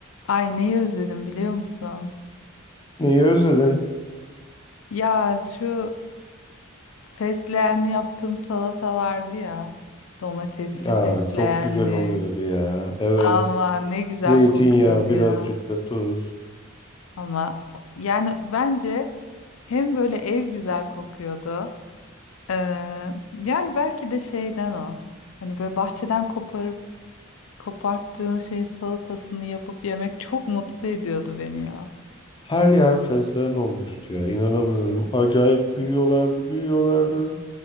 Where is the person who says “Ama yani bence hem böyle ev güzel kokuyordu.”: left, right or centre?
Left